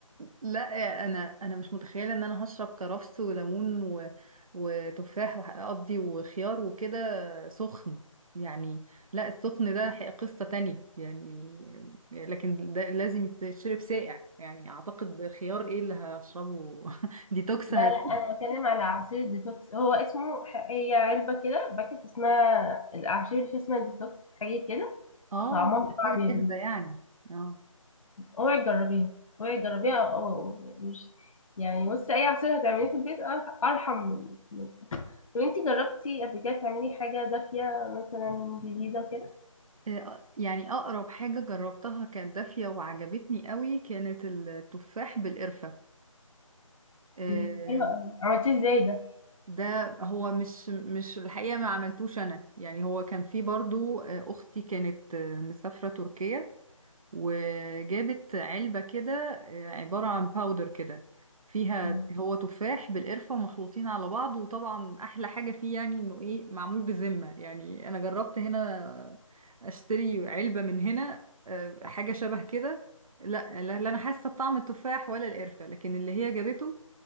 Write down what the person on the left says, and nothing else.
لا
لا انا بتكلم على عصير ديتوكس هو اسمه ح- هي علبه كده باكت اسمها الاعشاب اللي فيها اسمها ديتوكس حاجه كده
طعمها صعب
يا
بنتي
اوعي تجربيها اوعي تجربيها اه مش يعني بصي اي عصير هتعمليه في البيت أر- ارحم من من طب انتي جربتي قبل كده تعملي حاجه دافيه مثلا جديده كده
مم، حلوه قوي عملتيه ازاي ده
مم.